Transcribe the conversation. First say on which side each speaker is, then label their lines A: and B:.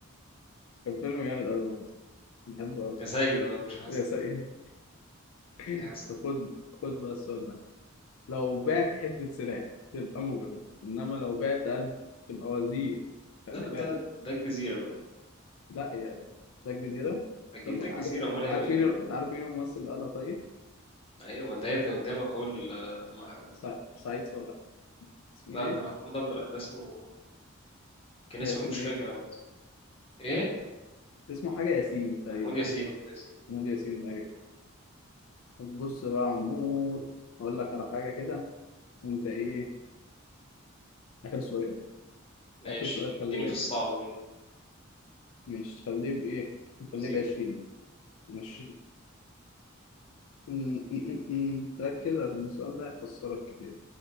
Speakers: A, on the left (about 75°); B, on the left (about 25°).
A: كان فيلم جامد أوي برضه بحبه أوي
B: يا سيد ده مش حسن
A: يا سيد <laughs>
B: ايه حسن
A: طب
B: ده
A: خد خد بقى السؤال ده لو بعت حتة سلاح تبقى مجرم إنما لو بعت ألف تبقى وزير خلي
B: ده
A: بالك
B: ده, ده الجزيرة بقى
A: لا يا رب. ده الجزيرة
B: أكيد
A: طب
B: ده
A: عارف
B: الجزيرة أمال هيبقى
A: عارف
B: إيه
A: مين
B: يعني
A: عارف مين الممثل اللي قالها طيب؟
B: أيوة ما أنت يا ابني قدامك أهو ال- مح...
A: سع- سعيد صالح اسمه
B: لا
A: إيه؟
B: ده محمود عبد الر- ده اسمه كان اسمه
A: ده اسمه
B: إيه؟ مش فاكر
A: إيه؟
B: عامة إيه
A: اسمه حاجة ياسين تقريبا
B: محمود ياسين محمود ياسين
A: نادي ياسين أيوه طب بص بقى يا عمور أقول لك على حاجة كده أنت إيه آخر سؤال
B: ماشي
A: آخر سؤال خلي
B: اديني
A: بالك
B: في الصعب منه
A: مش تخليه بإيه؟ نخليه
B: وزيرو
A: بعشرين مش مم، مم، مم. ركز عشان السؤال ده هيخسرك كتير